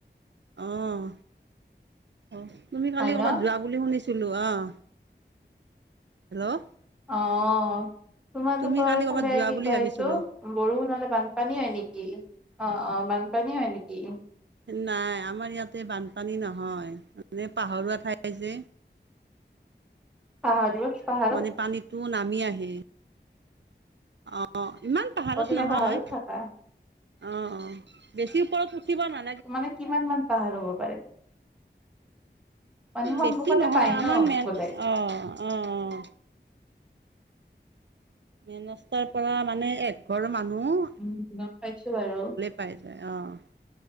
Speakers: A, on the right; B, in the centre.
A: অহ অহ তুমি কালি
B: হয়
A: ক'বাত
B: ন?
A: যোৱা বুলি শুনিছিলোঁ অহ হেল্ল'
B: অহ তোমালোকৰ
A: তুমি কালি কৰ'বাত
B: ফালে
A: যোৱা
B: কি
A: বুলি
B: কয়
A: ভাবিছিলো
B: এইটো। বৰষুণহলে বানপানী হয় নেকি অ অ বানপানী হয় নেকি।
A: নাই আমাৰ ইয়াতে বানপানী নহয় মানে পাহৰুৱা ঠাই যে।
B: পাহাৰ যে।
A: মানে পানীতো নামি আহে অ। অঁ ইমান পাহাৰত
B: অ তুমি
A: নহয়
B: পাহাৰত থাকা?
A: অঁ বেছি ওপৰত উঠিব না
B: মানে কিমান মান পাহাৰ হ'ব পাৰে। মানে সন্মুখতে
A: বেছি নহয়
B: পাই ন
A: আমাৰ মেন
B: গ'লে।
A: অঁ অঁ অঁ। মেন ৰাস্তা পৰা মানে এঘৰ মানুহ।
B: উম গম পাইছোঁ বাৰু।
A: পায় যায় অঁ